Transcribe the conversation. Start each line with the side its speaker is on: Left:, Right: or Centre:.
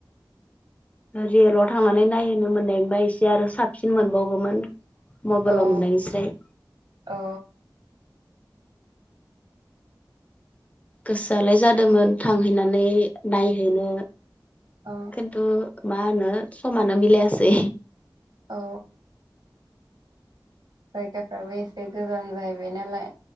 Left: रियेलाव थांनानै नायहै मोननायबा एसे आरो साबसिन मोनबावगौमोन। मबाइलाव
Right: औ
Left: नुनायनिस्राय
Right: औ
Left: गोसोआलाय जादोंमोन थांहैनानै नायहैनो
Right: औ
Left: खिन्थु मा होनो समानो मिलायासै।
Right: औ जायगाफ्राबो एसे गोजान जाहैबाय नालाय